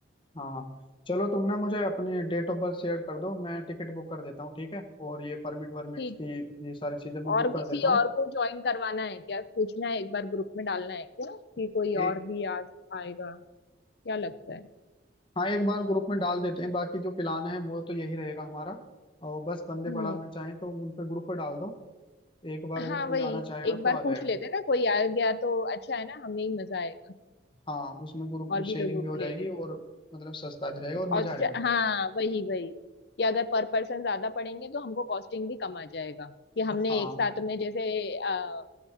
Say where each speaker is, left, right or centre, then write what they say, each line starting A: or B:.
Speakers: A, on the left; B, on the left.
A: हाँ हाँ। चलो तुम ना मुझे अपनी डेट ऑफ बर्थ शेयर कर दो मैं टिकट बुक कर देता हूँ ठीक है और ये परमिट वर्मिट
B: ठीक
A: की
B: है
A: ये सारी चीजें मैं
B: और
A: बुक कर
B: किसी
A: देता हूँ
B: और को ज्वाइन करवाना है क्या पूछना है एक बार ग्रुप में डालना है क्या कि कोई
A: ए-
B: और भी आ आएगा क्या लगता है
A: हाँ एक बार ग्रुप में डाल देते हैं बाकी जो प्लान है वो तो यही रहेगा हमारा और बस बंदे
B: हम्म
A: बढ़ाना चाहें तो उन पे ग्रुप पे डाल दो एक बार अगर
B: हाँ
A: कोई
B: वही
A: आना चाहेगा
B: एक
A: तो
B: बार
A: आ जाएगा
B: पूछ लेते ना कोई आ गया तो अच्छा है ना हमें ही मजा आएगा
A: हाँ उसमें ग्रुप
B: और भी
A: शेयरिंग
B: लोगों
A: भी
B: को
A: हो जाएगी
B: ले लेते
A: और मतलब सस्ता भी रहेगा और मजा
B: और च-
A: आएगा फिर
B: हाँ वही वही कि अगर पर पर्सन ज्यादा पड़ेंगे तो हमको कॉस्टिंग भी कम आ जाएगा कि हमने
A: हाँ
B: एक साथ में जैसे अ,